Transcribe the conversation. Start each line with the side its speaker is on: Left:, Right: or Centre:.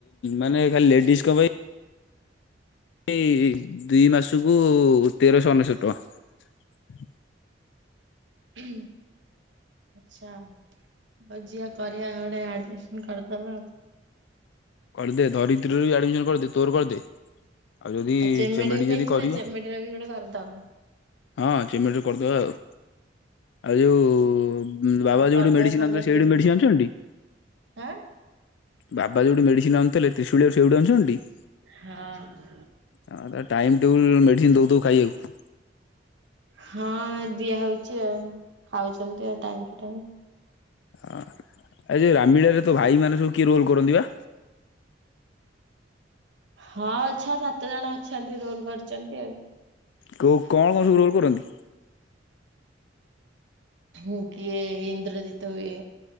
Left: ମାନେ ଖାଲି ଲେଡିଜ୍ ଙ୍କ ପାଇଁ ଇ ଦୁଇ ମାସୁକୁ ତେରଶ ଅନେଶୋତ ଟଆଁ।
Right: ହୁଁ ଆଚ୍ଛା ଆଉ ଯିଆ କରିଆ ଓଟେ ଆଡମିସନ୍ କରିଦବା ଆଉ।
Left: କରିଦେ ଧରିତ୍ରୀର ଇ ଆଡ଼ମିସନ୍ କରିଦେ ତୋର କରିଦେ। ଯଦି
Right: ଆଉ ଚମେଡ଼ିକୁ
Left: ଚେମେଡି
Right: କାଇଁ
Left: ଯଦି
Right: ଛାଡ଼ିଆ
Left: କରିବ
Right: ଚମେଡି଼ର ବି ଗୋଟେ କରିଦବା।
Left: ହଁ ଚିମିଡ଼ିର କରିଦବା ଆଉ ଆଉ ଯୋଉ ବାବା
Right: ଆଉ
Left: ଯୋଉଠି
Right: କରିଦବା
Left: ମେଡ଼ିସିନ୍
Right: ସମସ୍ତେ
Left: ଆଣୁଥୁଲେ ସେଇଠି
Right: ଯିବୁ
Left: ମେଡ଼ିସିନ୍ ଆଣୁଚନ୍ତି ଟି?
Right: ଆଁ
Left: ବାବା ଯୋଉଠି ମେଡ଼ିସିନ୍ ଆଣୁଥୁଲେ ତିଶୂଳୀଆ ସେଉଠୁ ଆଣୁଚନ୍ତି ଟି?
Right: ହଁ
Left: ତାଙ୍କର ତ ଟାଇମ୍ ଟେବୁଲ୍ ମେଡ଼ିସିନ୍ ଦୋଉଥୁବୁ ଖାଇବାକୁ।
Right: ହଁ ଦିଆହଉଚି ଆଉ ଖାଉଛନ୍ତି ଆ ଟାଇମ୍ ଟୁ ଟାଇମ୍।
Left: ହଁ ଆ ଏ ଯୋଉ ରାମିଳାରେ ତ ଭାଇମାନେ ସବୁ କିଏ ରୋଲ୍ କରନ୍ତି ବା?
Right: ହଁ ଛଅ ସାତ ଜଣ ଅଛନ୍ତି ରୋଲ୍ କରିଚନ୍ତି ଆଉ।
Left: କୋଉ କଣ କଣ ସବୁ ରୋଲ କରନ୍ତି?
Right: ହୁଁ କିଏ ଇନ୍ଦ୍ରଜିତ ହୁଏ